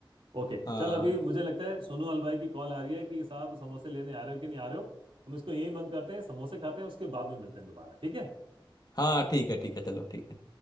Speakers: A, on the right; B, on the left.
A: ओके
B: हाँ
A: चल अभी मुझे लगता है सोनू हलवाई की कॉल आ रही है कि साहब समोसे लेने आ रहे हो कि नहीं आ रहे हो हम इसको यही बंद करते हैं समोसे खाते हैं उसके बाद में मिलते हैं दोबारा ठीक है
B: हाँ ठीक है ठीक है चलो ठीक